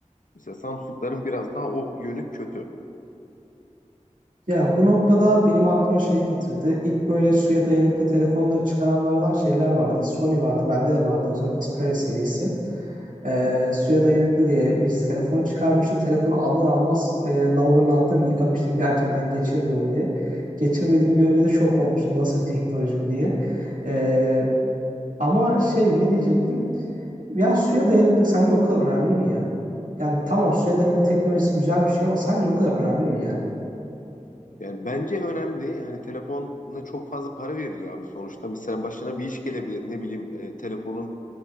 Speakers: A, on the left; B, on the right.
A: Mesela Samsung'ların biraz daha o yönü kötü.
B: Ya bu noktada benim aklıma şey getirdi. İlk böyle suya dayanıklı telefonları çıkaranlardan şeyler vardı. Sony vardı, bende de vardı o zaman Xperia serisi. Ee,
A: Hı hı.
B: suya dayanıklı diye bir telefon çıkarmıştı. Telefonu alır almaz e, lavabonun altına bir yıkamıştım <laughs> gerçekten geçirmiyor mu diye. Geçirmediğini görünce de şok olmuştum. Nasıl bir teknoloji bu diye. Ee, ama şey ne diyecektim? Ya suya dayanıklık sence o kadar önemli mi ya? Yani tamam suya dayanıklı teknolojisi güzel bir şey ama sence bu kadar önemli mi yani?
A: Yani bence önemli. Hani telefona çok fazla para veriliyor abi sonuçta. Mesela başına bir iş gelebilir. Ne bileyim e, telefonunu